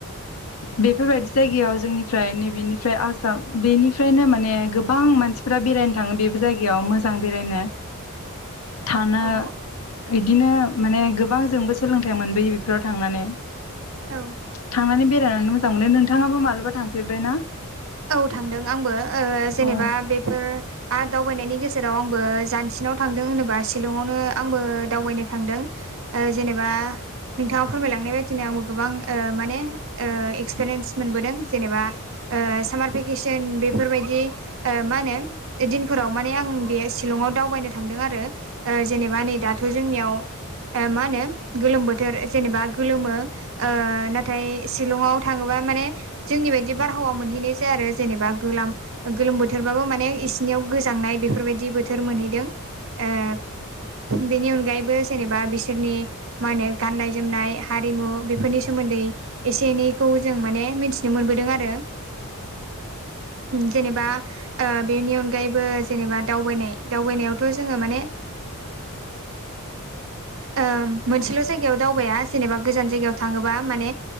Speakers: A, on the left; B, on the right.
A: बेफोरबायदि जायगायाव जोंनिफ्राय नैबेनिफ्राय आसाम बेनिफ्रायनो माने गोबां मानसि जा बेरायनो थाङो बेबो जायगायाव मोजां बेरायनो थानो
B: औ
A: बिदिनो माने गोबां जोंबो सोलोंथाइ मोनबोयो बेफोराव थांनानै
B: औ।
A: थांनानै बेरायनानै मोजां मोनो नोंथाङाबो मालाबा थांफेरबाय ना?
B: औ थांदों आंबो ओ जेनेबा
A: औ
B: बेफोर आ दावबायनायनि गेजे जेराव आंबो जानसिनाव थांदों होनोबा शिलंआवनो आंबो दावबायनो थांदों। ओ जेनेबा नोंथाङा फोरमायलांनाय बायदि दिनै आंबो गोबां ओ माने ओ एक्सपिरियेन्स मोनबोदों जेनेबा ओ थिसियेन बेफोरबादि ओ मा होनो ए दिनफोराव माने आं बेहाय शिलंआव दावबायनो थांदों आरो ओ जेनेबा नै दाथ' जोंनियाव ओ मा होनो गोलोम बोथोर जेनेबा गोलोमो ओ नाथाय शिलंआव थाङोबा माने जोंनि बायदि बारहावा मोनहैनाय जाया आरो जेनेबा गोलाम गोलोम बोथोरबाबो माने इसिनियाव गोजांनाय बेफोरबायदि बोथोर मोनहैदों, ओ बेनि अनगायैबो जेनेबा बिसोरनि मा होनो गाननाय जोमनाय हारिमु बेफोरनि सोमोन्दै एसे एनैखौ जों माने मिन्थिनो मोनबोदों आरो। जेनेबा ओ बेनि अनगायैबो जेनेबा दावबायनाय दावबायनायावथ' जोङो माने <inaudible> ओ मोनसेल' जायगायाव दावबायाया जेनेबा गोजान जायगायाव थाङोबा माने